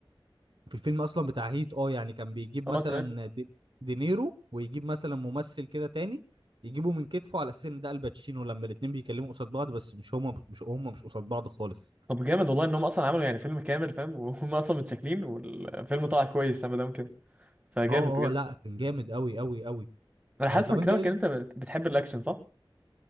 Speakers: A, on the right; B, on the right.
A: في الفيلم اصلا بتاع هيت اه يعني كان بيجيب
B: اه
A: مثلا
B: تمام
A: دي- دينيرو ويجيب مثلا ممثل كده تاني يجيبه من كتفه على اساس ان ده الباتشينو لما الاتنين بيكلموا قصاد بعض بس مش هما مش هما مش قصاد بعض خالص
B: طب جامد والله ان هم اصلا عملوا يعني فيلم كامل فاهم وهم <laughs> اصلا متشكلين والفيلم طلع كويس ما دام كده فجامد
A: اه
B: بجد
A: اه لا كان جامد قوي قوي قوي
B: انا حاسس
A: آه طب
B: من
A: انت
B: كلامك
A: ايه ال-
B: ان انت بت- بتحب الاكشن صح؟